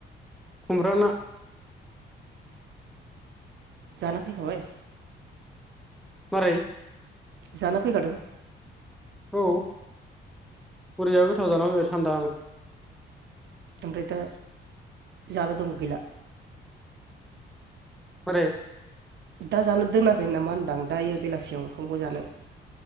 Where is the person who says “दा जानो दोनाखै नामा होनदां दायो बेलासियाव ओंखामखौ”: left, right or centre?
Right